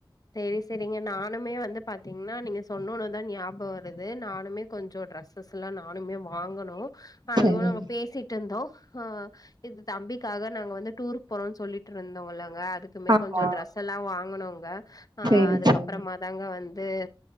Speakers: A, on the left; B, on the right.
A: சரி சரிங்க நானுமே வந்து பாத்தீங்கன்னா நீங்க சொன்னுன்னுதான் ஞாபகம் வருது நானுமே கொஞ்சம் ட்ரெஸ்ஸஸ் எல்லாம் நானுமே வாங்கணும் அதுவும்
B: சரிங்க.
A: நாங்க பேசிட்டு இருந்தோம் ஆஹ் இது தம்பிக்காக நாங்க வந்து டூருக்கு போறோம்னு சொல்லிட்டு இருந்தோங்கல்ல அதுக்குமே
B: ஆமா.
A: கொஞ்சம் டிரெஸ் எல்லாம் வாங்கனும்ங் அஹ்
B: சரி,
A: அதுக்கப்புறமா
B: சரி.
A: தாங்க வந்து